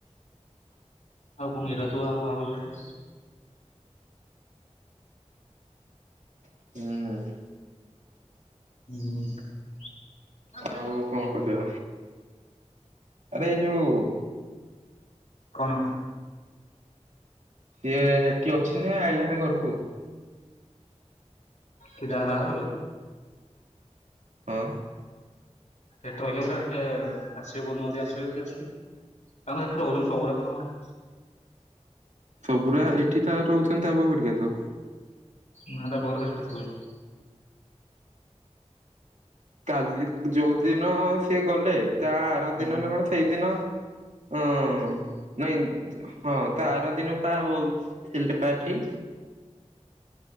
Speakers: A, on the left; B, on the right.
A: ଆଉ କଣ ଏରା ସବୁ ଆମ ବାହାଘରରେ
B: ହୁଁ।
A: <inaudible>
B: ଆଉ କଣ କରିବା? ଆରେ ଏଇ ଯୋଉ
A: କଣ?
B: ସିଏ ହେଠୀ ଅଛି ନା ଆଇଲା ଭାରି ଘରକୁ।
A: କିଏ ଯାହା ବାହାଘର ହେଲା।
B: ହଁ।
A: ସେଠି ରହିଲେ ପରେ ଏତେ ଆସିବେ କୋଉଦିନ ଯଦି ଆସିବେ ଯଦି ଆସିବେ କାରଣ ସେଠିର ହଉଛନ୍ତି ସବୁକା ତ ଆମର
B: ସବୁଜା ଏଠି ତ ରହୁଛନ୍ତି ଆମ ଭଡ଼ିକା ତ
A: ନା ତା ପରେ ତ ଏଠି ଥିଲେ।
B: କାଲି ଯୋଉ ଦିନ ସିଏ ଗଲେ ତା ଆର
A: ହୁଁ।
B: ଦିନ ନ କଣ ସେଇଦିନ? ହଁ ନାଇ ହଁ ତା ଆର ଦିନ ପା ଆଉ ଥିଲେ ବା ଏଠି।